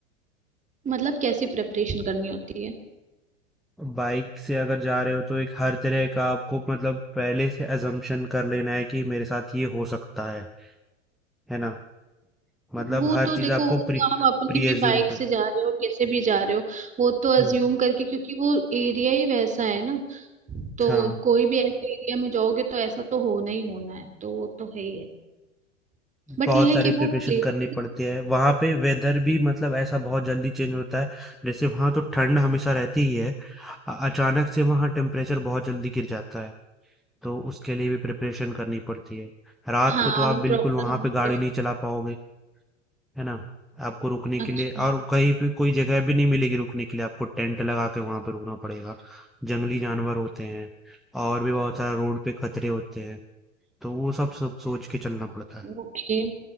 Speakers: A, on the right; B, in the centre.
A: मतलब कैसी प्रेपरेशन करनी होती है
B: बाइक से अगर जा रहे हो तो एक हर तरह का आपको मतलब पहले से अजम्पशन कर लेना है कि मेरे साथ ये हो सकता है है ना मतलब
A: वो
B: हर
A: तो
B: चीज
A: देखो
B: आपको
A: वो
B: प्री
A: तो आप अपनी
B: प्री
A: भी
B: एज्यूम
A: बाइक
B: कर
A: से जा रहे हो कैसे भी जा रहे हो वो तो अज्यूम
B: हम्म,
A: करके क्योंकि वो एरिया ही वैसा है ना तो
B: हाँ
A: कोई भी ऐसे एरिया में जाओगे तो ऐसा तो होना ही होना है तो वो तो है ही है बट
B: बहुत
A: ये है
B: सारी
A: कि वो
B: प्रिपरेशन
A: प्लेस
B: करनी पड़ती है वहां पे वेदर भी मतलब ऐसा बहुत जल्दी चेंज होता है जैसे वहां तो ठंड हमेशा रहती ही है अ- अचानक से वहां टेम्परेचर बहुत जल्दी गिर जाता है तो उसके लिए भी प्रिपरेशन करनी पड़ती है रात
A: हाँ
B: को तो आप
A: प्रॉपर
B: बिल्कुल वहां
A: है तो-
B: पे गाड़ी नहीं चला पाओगे है ना आपको रुकने
A: अच्छा
B: के लिए और कहीं पे कोई जगह भी नहीं मिलेगी रुकने के लिए आपको टेंट लगा के वहां पे रुकना पड़ेगा जंगली जानवर होते हैं और भी बहुत सारा रोड पे खतरे होते हैं तो वो सब सब सोच के चलना पड़ता है
A: ओके